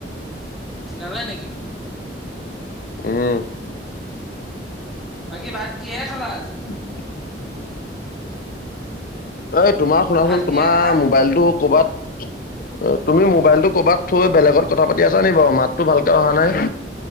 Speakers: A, in the centre; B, on the left.
A: ক্ষীণালে নেকি?
B: উম।
A: বাকী, ভাত কিহেৰে খালা?
B: <inaudible> এই তোমাৰ শুনাচোন,
A: ভাত কিহেৰে
B: তোমাৰ
A: খালা?
B: মোবাইলটো ক'ৰবাত এ, তুমি মোবাইলতটো ক'বাত থৈ, বেলেগত কথা পাতি আছা নেকি বাৰু, মাতটো ভালকে অহা নাই।